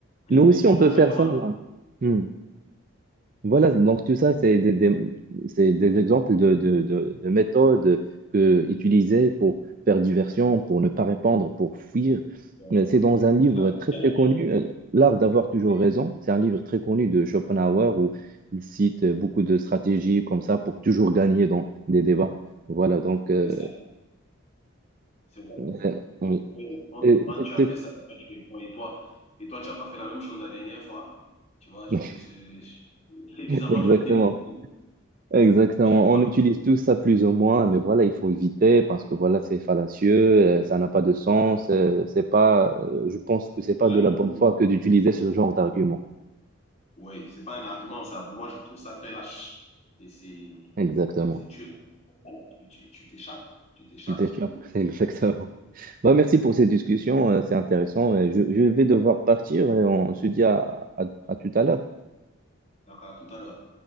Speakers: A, on the right; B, on the left.
A: Nous aussi,
B: il détourne
A: on
B: complètement.
A: peut faire ça. là. Hmm. Voilà, donc tout ça, c'est des, des- c'est des exemples de, de, de, de méthodes que, utilisées pour faire diversion, pour ne pas répondre, pour fuir.
B: la-
A: Mais C'est dans un livre
B: C'est la
A: très,
B: suite à
A: très
B: la
A: connu,
B: base, ça.
A: euh, L'art d'avoir toujours
B: Oui,
A: raison. C'est un livre très connu de Schopenhauer où il cite euh, beaucoup de stratégies comme ça pour toujours gagner dans des débats. Voilà, donc... euh,
B: c'est ça. C'est vrai.
A: <laughs>
B: c'est vrai.
A: oui.
B: Oui, on
A: Et
B: te demande,
A: c'était-
B: tu as fait ça, toi, tu réponds. Et toi, et toi, tu n'as pas fait la même chose la dernière fois. Tu vois, je,
A: <laughs>
B: je, je- et bizarrement,
A: Exactement.
B: je déteste.
A: Exactement.
B: J'aime pas.
A: On utilise tout ça plus ou moins, mais voilà, il faut éviter parce que voilà, c'est fallacieux, euh, ça n'a pas de sens. euh, c'est pas, euh, je pense que c'est pas
B: Lâche
A: de la bonne
B: pour
A: foi que
B: moi.
A: d'utiliser ce genre d'argument.
B: Oui, c'est pas un argument, ça. Pour moi, je trouve ça très lâche. C'est, c'est,
A: Exactement.
B: c'est, c'est- tu, tu, tu tu t'échappes. Tu t'échappes,
A: Tu t'échappes.
B: c'est tout.
A: <laughs> Exactement. Bah, merci pour cette
B: Donc,
A: discussion, euh, c'est intéressant. Euh, Je, je vais devoir partir et on se dit à à- à tout à l'heure.
B: à tout à l'heure.